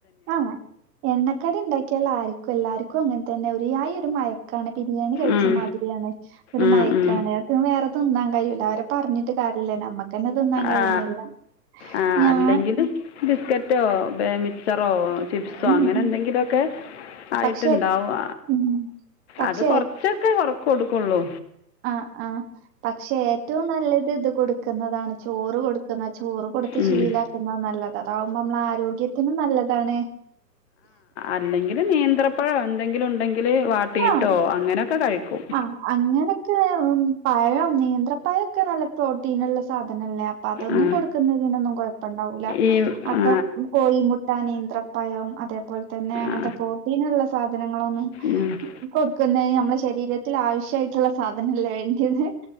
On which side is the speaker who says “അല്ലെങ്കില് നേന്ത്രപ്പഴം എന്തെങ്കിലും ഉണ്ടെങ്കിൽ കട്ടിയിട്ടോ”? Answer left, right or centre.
Left